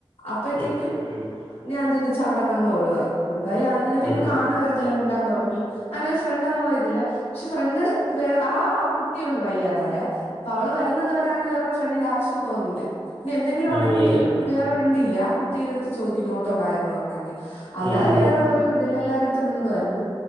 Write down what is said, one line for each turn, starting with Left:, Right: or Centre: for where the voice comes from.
Left: അപ്പഴത്തേക്കും
Right: ഉം ഉം ഉം
Left: ഞാൻ ചെന്നേച്ചു അവിടന്ന് അങ്ങ് ഒഴിവായി ഒഴിവായി അങ്ങനെ പിന്നെ
Right: ഉം
Left: കാണവര
Right: ഉം ഉം
Left: ത്തലമിണ്ടാൻ തൊടങ്ങി അങ്ങനെ ഒരു ഫ്രണ്ട്ന്നുള്ള ഇതില് പക്ഷെ ഫ്രണ്ട് വേ ആ ആ കുട്ടിയുണ്ട് വയ്യാതായ അപ്പൊ അവള് വരുന്നത് വരെ അങ്ങനെ വേറൊരു ഫ്രണ്ട്ണ്ടിന്റെ ആവശ്യം തോന്നിയില്ല പിന്നെ എന്തെങ്കിലും ഉണ്ടെങ്കിൽ
Right: ആഹ് നീല ആഹ്
Left: വേറെ മിണ്ടില്ലേ ആ കു തീവേടുത്ത് ചോദിക്കന്ന ഒട്ടോ കാര്യങ്ങളോണ്ടെങ്കിൽ അല്ലാതെ
Right: ഉം ഉം
Left: വേറെ
Right: ഉം ഉം
Left: ഒരു ഇവിടെ ഒള്ള എല്ലാരടത്തും മിണ്ടുവായിരുന്നു